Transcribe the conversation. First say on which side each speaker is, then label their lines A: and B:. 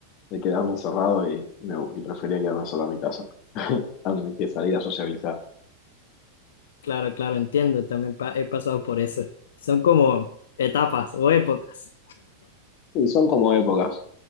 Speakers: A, on the left; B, on the left.
A: de quedarme encerrado y, y me, y prefería quedarme encerrado en mi casa, <laughs> antes que salir a sociabilizar.
B: Claro, claro, entiendo, también pa- he pasado por eso. Son como etapas o épocas.
A: Y son como épocas,